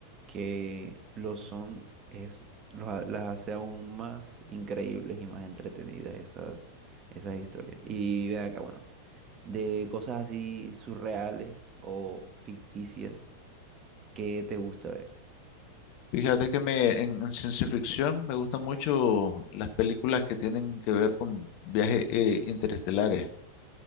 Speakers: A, on the right; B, on the left.
A: que lo son es, los ha- las hace aún más increíbles y más entretenidas esas, esas historias. Y ven acá, bueno, de cosas así surreales o ficticias, ¿qué te gusta ver?
B: Fíjate que me, en, en ciencia ficción me gustan mucho las películas que tienen que ver con viajes eh, interestelares.